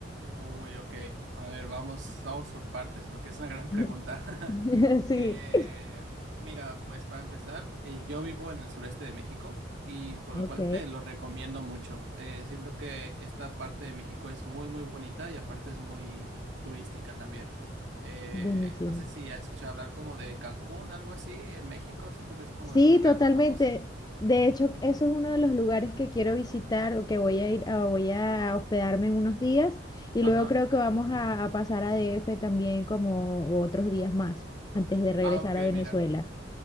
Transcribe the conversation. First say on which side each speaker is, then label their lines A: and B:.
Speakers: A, on the right; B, on the left.
A: Uy, ok. A ver, vamos, vamos por partes, porque es una gran pregunta.
B: <laughs>
A: <laughs>
B: Sí,
A: Eh, mira, pues para empezar, eh, yo vivo en el sureste de México y por
B: ok,
A: lo cual te lo recomiendo mucho. Eh, siento que esta parte de México es muy, muy bonita y aparte es muy turística también. Eh,
B: buenísimo.
A: no sé si has escuchado hablar como de Cancún, algo así, en México. Siento que es como
B: Sí,
A: de los lugares
B: totalmente.
A: más famosos.
B: De hecho,
A: Ujú.
B: eso es uno de los lugares que quiero visitar o que voy a ir, a- voy a hospedarme unos días y
A: Ajá.
B: luego creo que vamos a, a pasar a DF también como otros días más antes de regresar
A: Ah, ok,
B: a Venezuela.
A: mira.